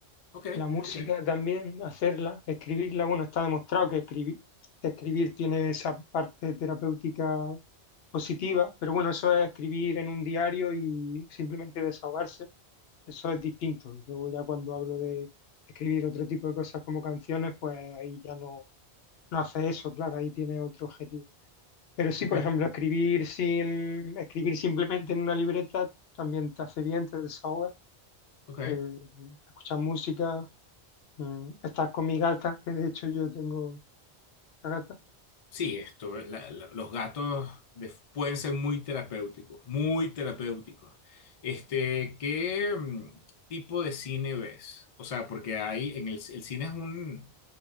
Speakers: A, on the left; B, on the left.
A: Ok,
B: La música
A: ok,
B: también, hacerla, escribirla, bueno, está demostrado que escribir, escribir tiene esa parte terapéutica positiva, pero bueno, eso es escribir en un diario y simplemente desahogarse, eso es distinto. Y Luego ya cuando hablo de escribir otro tipo de cosas como canciones, pues ahí ya no, no hace eso, claro, ahí tiene otro objetivo. Pero sí,
A: ok,
B: por ejemplo, escribir sin, escribir simplemente en una libreta también te hace bien, te desahoga.
A: ok.
B: Eh, escuchar música, mm, estar con mi gata, que de hecho yo tengo una gata,
A: Sí, esto, la- la- los gatos de- pueden ser muy terapéuticos, muy terapéuticos. Este, ¿qué mm, tipo de cine ves? O sea, porque hay en el, el cine es un,